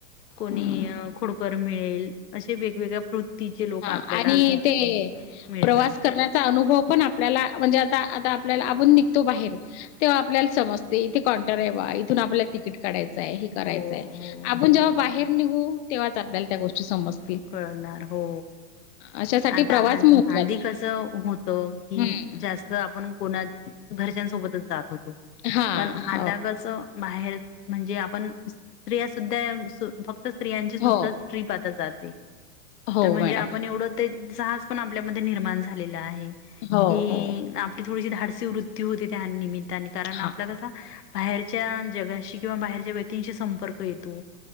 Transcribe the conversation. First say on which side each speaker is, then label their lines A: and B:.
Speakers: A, on the left; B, on the left.
A: कोणीही
B: हम्म
A: खोडकर मिळेल असे वेगवेगळ्या वृत्तीचे लोक
B: हा
A: आपल्याला
B: आणि ते
A: मिळतात.
B: प्रवास करण्याचा अनुभव पण आपल्याला म्हणजे आता आपल्याला आपून निघतो बाहेर तेव्हा आपल्याला समजते तेे कॉनटर आहे इथून आपल्या तिकट काढायचं करायचंय
A: हो हो
B: आपण
A: हो
B: जेव्हा बाहेर निघू तेव्हाच आपल्याला त्या गोष्टी समजतात
A: कळणार हो
B: अशासाठी
A: आता
B: प्रवास
A: आ
B: महत्त्वाचा
A: आधी कसं होत की
B: हम्म
A: जास्त आपण कोणा घरच्यांसोबतच जात होतो
B: हा
A: पण आता
B: हो.
A: कसं बाहेर म्हणजे आपण स्त्रिया सुद्धा सु फक्त स्त्रियांची सुद्धा
B: हो
A: ट्रीप आता जाते.
B: हो
A: तर म्हणजे
B: मॅडम
A: आपण एवढं ते जहाज पण आपल्यामध्ये निर्माण झालेलं आहे
B: हो
A: कि
B: हो
A: आपली थोडीशी धाडसी वृत्ती होते त्या निमित्ताने कारण
B: हा
A: आपला कसा बाहेरच्या जगाशी किंवा बाहेरच्या व्यक्तींशी संपर्क येतो.